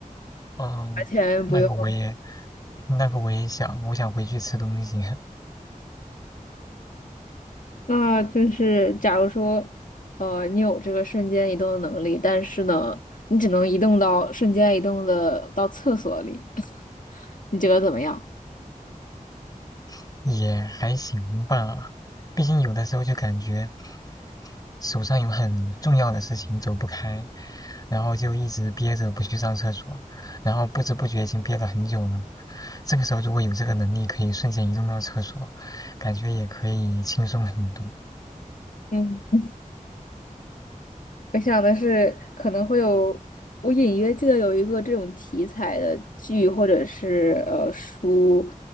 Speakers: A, on the left; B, on the left.
A: 哦，
B: 完全不用。
A: 那个我也，那个我也想，我想回去吃东西，
B: 那就是，假如说，呃，你有这个瞬间移动的能力，但是呢，你只能移动到瞬间移动的到厕所里，你觉得怎么样？
A: <laughs> 也还行吧，毕竟有的时候就感觉手上有很重要的事情走不开，然后就一直憋着不去上厕所，然后不知不觉已经憋了很久了。这个时候如果有这个能力，可以瞬间移动到厕所，感觉也可以轻松很多。
B: 嗯。我想的是可能会有，我隐约记得有一个这种题材的剧或者是呃书，